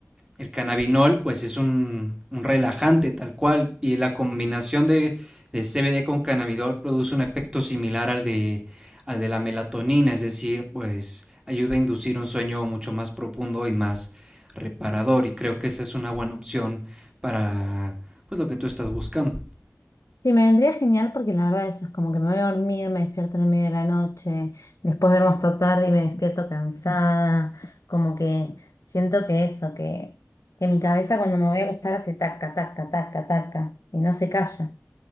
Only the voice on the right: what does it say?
El cannabinol, pues es un, un relajante tal cual, y la combinación de, de CBD con cannabidol produce un efecto similar al de, al de la melatonina, es decir, pues ayuda a inducir un sueño mucho más profundo y más reparador, y creo que esa es una buena opción para pues lo que tú estás buscando.